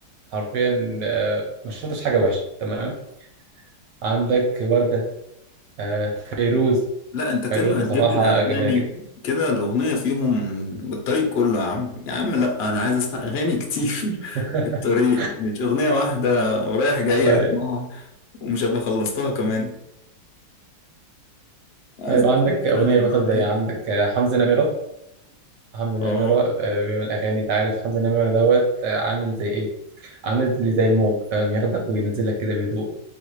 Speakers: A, on the right; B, on the left.
A: حرفيا آه، ما شفتش حاجه وحشه تمام عندك وردة آه فيروز
B: لا انت
A: فيروز
B: كده
A: بصراحة
B: هتجيب لي اغاني
A: جميلة جدا
B: كده الاغنيه فيهم بالطريق كله يا عم يا عم لا انا عايز اسمع اغاني كتير
A: <laughs>
B: <laughs> في الطريق مش اغنيه واحده ورايح جاي
A: طيب
B: هسمعها ومش هبقى خلصتها كمان عايز
A: طيب عندك
B: كده
A: أغنية
B: في الروقان
A: مثلا زي عندك آه، حمزة نمرة حمزة نمرة
B: اه
A: آه، بيعمل أغاني أنت عارف حمزة نمرة دوت آه، عامل زي إيه؟ عامل اللي زي موج فاهم ياخدك وينزلك كده بهدوء